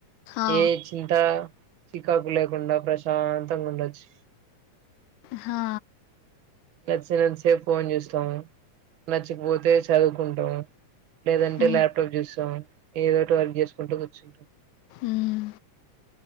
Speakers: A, on the left (about 85°); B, on the right (about 70°).
A: ఆ!
B: ఏ చింత చికాకు లేకుండా ప్రశాంతంగా వుండొచ్చు
A: హా
B: <unintelligible> నేనెంత సేప్ ఫోన్ చేస్తాం నచ్చకపోతే చదువుకుంటాం లేదంటే
A: హ్మ్.
B: ల్యాప్టాప్ చూస్తాం ఏదో ఒటిఅర్క్ చేసుకుంటూ కూర్చ్చు
A: ఉమ్